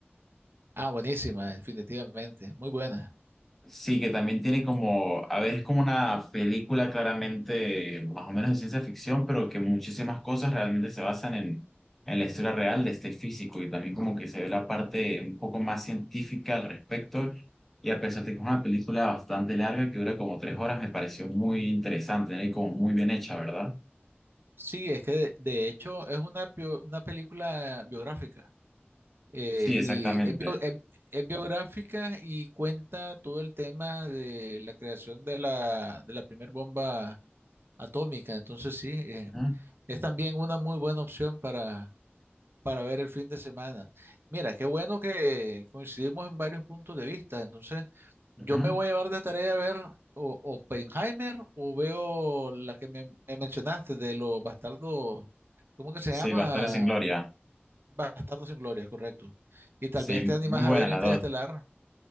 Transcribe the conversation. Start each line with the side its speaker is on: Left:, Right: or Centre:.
Right: Ah, buenísima, definitivamente. Muy buena.
Centre: Sí, que también tiene como, a ver, es como una película claramente más o menos de ciencia ficción, pero que muchísimas cosas realmente se basan en, en la historia real de este físico y también como que se ve la parte un poco más científica al respecto. Y a pesar de que es una película bastante larga, que dura como tres horas, me pareció muy interesante, ¿no? Y como muy bien hecha, ¿verdad?
Right: Sí, es que de, de hecho es una, bio- una película biográfica. Eh,
Centre: Sí,
Right: y
Centre: exactamente.
Right: es, bio- es- es biográfica y cuenta todo el tema de la creación de la, de la primera bomba atómica. Entonces sí, eh,
Centre: Ujú,
Right: es también una muy buena opción para para ver el fin de semana. Mira, qué bueno que coincidimos en varios puntos de vista. Entonces, yo
Centre: ujú.
Right: me voy a llevar de tarea a ver o Oppenheimer o veo la que me, me mencionaste de los bastardos, ¿cómo que se
Centre: Sí,
Right: llama?
Centre: Bastardos sin Gloria.
Right: Bastardos sin gloria, correcto. Y tal
Centre: Sí,
Right: vez te animas
Centre: muy
Right: a
Centre: buenas
Right: ver Interestelar.
Centre: las dos.